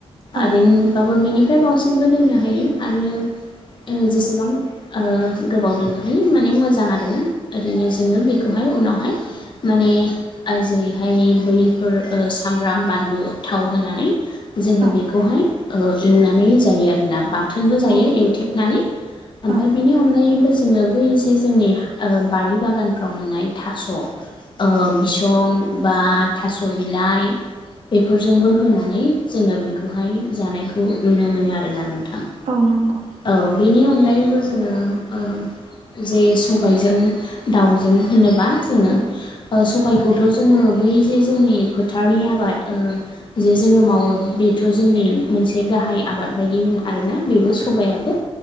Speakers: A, on the right (about 70°); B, on the left (about 45°).
A: औ
B: आरिनबाबो बिनिफ्राय बावसिनबो दोननो हायो आरो जेसेबां ओ गोबाव दोननो हायो माने मोजां आरोना ओरैनो जोङो बेखौहाय उनावहाय माने आर जेरैहाय बैफोर ओ सामब्राम बानलु थाव होनानै जोङो
A: औ
B: बेखौहाय ओ एवनानै जायो आरोना बाथोनबो जायो
A: औ नंगौ
B: एवथेबनानै ओमफाय
A: औ
B: बिनि अनगायैबो जोङो बै जे जोंनि आ बारि बागानफ्राव मोननाय थास' ओ बिसं बा थास' बिलाइ बेफोरजोंबो होनानै जोङो बेखौहाय जानायखौ नुनो मोनो आरोना नोंथां
A: औ नंगौ
B: औ बेनि अनगायैबो जोङो उम जे सबायजों दाउजों होनोबा जोङो
A: औ
B: ओ सबायखौथ' जोङो बै जे जोंनि फोथारनि आबाद ओ जे जोङो मावो बेथ' जोंनि मोनसे गाहाय आबाद बायदि नङा आरोना बेबो सबायाबो